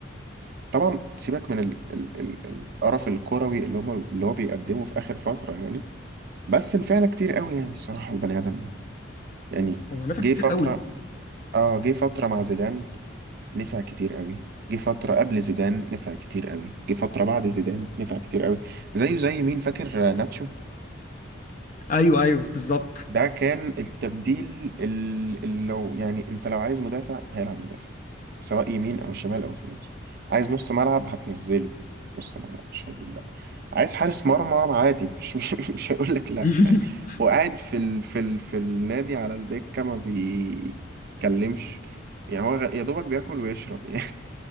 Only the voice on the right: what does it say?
طبعا سيبك من ال- ال- ال- القرف الكروي اللي هم اللي هو بيقدمه في اخر فترة يعني بس نفعنا كتير قوي يعني الصراحة البني ادم ده يعني
جه
فترة
اه جه فترة مع زيدان نفع كتير قوي جه فترة قبل زيدان نفع كتير قوي جه فترة بعد زيدان نفع كتير قوي زيه زي مين فاكر آه، ناتشو
ده كان التبديل ال- اللي لو يعني انت لو عايز مدافع هيلعب مدافع سواء يمين او شمال او في النص عايز نص ملعب هتنزله نص ملعب مش هيقول لا عايز حارس مرمى عادي مش مش, <laughs> مش هيقول لك لا
يعني هو قاعد في ال في ال في النادي على الدكة ما بيتكلمش يعني هو غ- يا دوبك بياكل ويشرب <laughs> يعني